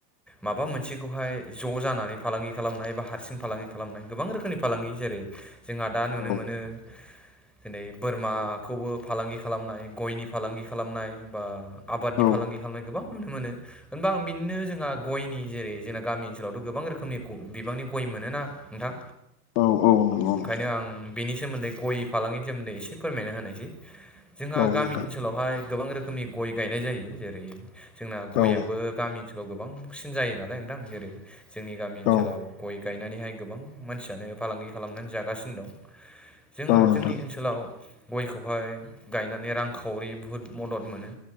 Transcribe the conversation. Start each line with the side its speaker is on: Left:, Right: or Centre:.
Centre: माबा मोनसेखौहाय ज' जानानै फालांगि खालामनाय बा हारसिं फालांगि खालामनाय गोबां रोखोमनि फालांगि जेरै जोंहा दा नुनो
Left: औ
Centre: मोनो। दिनै बोरमाखौबो फालांगि खालामनाय गयनि फालांगि खालामनाय बा आबादनि
Left: औ
Centre: फालांगि खालामनाय गोबां नुनो मोनो। होनबा आं बिदिनो जोंहा गयनि जेरै जोंना गामि ओनसोलावथ' गोबां रोखोमनि बिबांनि गय मोनोना नोंथां।
Left: <unintelligible> नंगौ
Centre: ओंखायनो
Left: नोंथां
Centre: आं बिनि सोमोन्दै गय फालांगिनि सोमोन्दै एसे फोरमायनो होनायसै जोंहा
Left: औ
Centre: गामि
Left: नोंथां
Centre: ओनसोलाव हाय गोबां रोखोमनि गय गायनाय जायो जेरै जोंना गयाबो
Left: औ
Centre: गामिनि गोबांसिन जायो नालाय नोंथां जेरै जोंनि गामि ओनसोलाव
Left: औ
Centre: गय गायनानैहाय गोबां मानसियानो फालांगि खालामनानै जागासिनो दं।
Left: <inaudible>
Centre: जोंहा
Left: नोंथां
Centre: जोंनि ओनसोलाव गयखौहाय गायनानै रांखावरि बुहुद मदद मोनो।